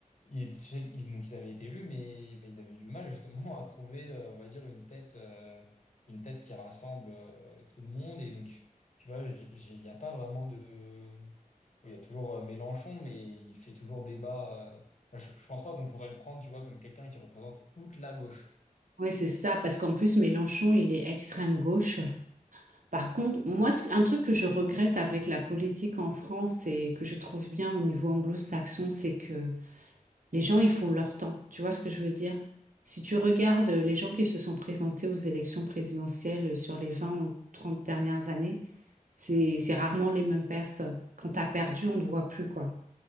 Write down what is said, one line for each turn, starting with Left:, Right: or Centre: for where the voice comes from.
Left: ils, ils, donc ils avaient été élus, mais ben, ils avaient eu du mal justement à trouver, euh, on va dire, une tête, euh, une tête qui rassemble euh, tout le monde, et donc, tu vois, j'ai- j'ai- il n'y a pas vraiment de oui, Il y a toujours euh, Mélenchon, mais il fait toujours débat. euh, Je, je pense pas qu'on pourrait le prendre, tu vois, comme quelqu'un qui représente toute la gauche.
Right: Oui, c'est ça, parce qu'en plus, Mélenchon, il est extrême gauche. Par contre, moi, ce- un truc que je regrette avec la politique en France et que je trouve bien au niveau anglo-saxon, c'est que Les gens, ils font leur temps. Tu vois ce que je veux dire? Si tu regardes euh, les gens qui se sont présentés aux élections présidentielles euh, sur les 20 ou 30 dernières années, c'est, c'est rarement les mêmes personnes. Quand tu as perdu, on ne te voit plus, quoi.